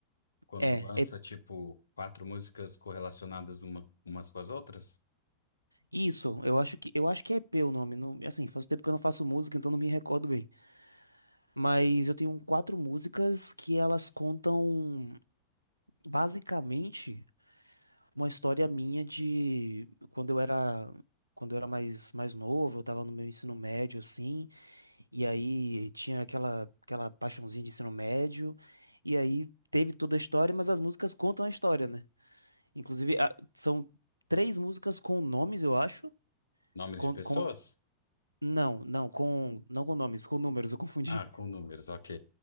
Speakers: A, on the left; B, on the right.
A: quando
B: É,
A: lança
B: é
A: tipo quatro músicas correlacionadas uma, umas com as outras?
B: isso. Eu acho que eu acho que é EP o nome. Não, assim, faz tempo que eu não faço música, então não me recordo bem. Mas eu tenho quatro músicas que elas contam basicamente uma história minha de quando eu era quando eu era mais mais novo, eu tava no meu ensino médio assim, e aí tinha aquela aquela paixãozinha de ensino médio, e aí teve toda a história, mas as músicas contam a história, né? Inclusive, a- são três músicas com nomes, eu acho.
A: Nomes
B: Com,
A: de pessoas?
B: com- não, não, com, não com nomes, com números, eu confundi.
A: Ah, com números, ok.